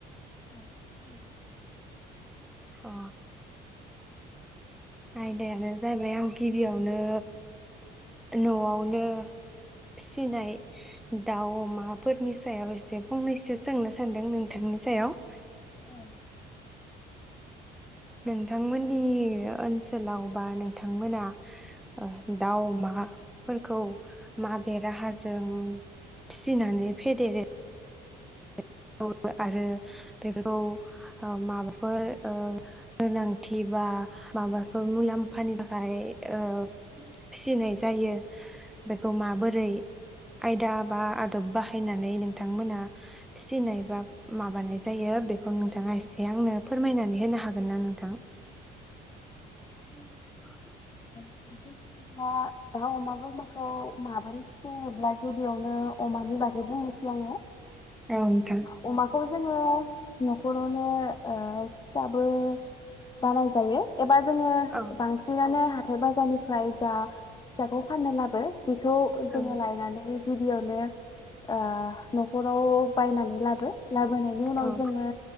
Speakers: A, on the left (about 25°); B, in the centre.
A: <inaudible>
B: अ आयदायानो जाबाय आं गिबियावनो न'आवनो, फिसिनाय दाउ अमाफोरनि सायाव एसे फंनैसो सोंनो सानदों नोंथांनि सायाव ।
A: औ
B: नोंथांमोननि ओनसोलाव बा नोंथांमोना ओ दाउ, अमा फोरखौ माबे राहाजों फिसिनानै फेदेरो? <inaudible> आरो बे <inaudible> खौ <unintelligible> माबाफोर ओ गोनांथि बा माबाफोर मुलाम्फानि थाखाय ओ फिसिनाय जायो बेखौ माबोरै आयदा बा आदब बाहायनानै नोंथांमोना फिसिनाय बा माबानाय जायो बेखौ नोंथाङा एसे आंनो फोरमायनानै होनो हागोन ना नोंथां? <inaudible>
A: बिदिनो दा दाउ अमा बोरमाखौ माबोरै <inaudible> ङोब्ला गिबियावनो अमानि बागै बुंनोसै आङो।
B: औ नोंथां
A: ओ अमाखौ जों <inaudible> न'खरावनो ओ दाबो बानाय जायो। जोङो
B: औ
A: बांसिनानो हाथाइ बाजारनिफ्राय जा फिसाखौ फाननो लाबो बेखौ
B: औ
A: जोङो लायनानै गिबियावनो ओ न'खराव बायनानै लाबो लाबोनायनि उनाव
B: औ
A: जोङो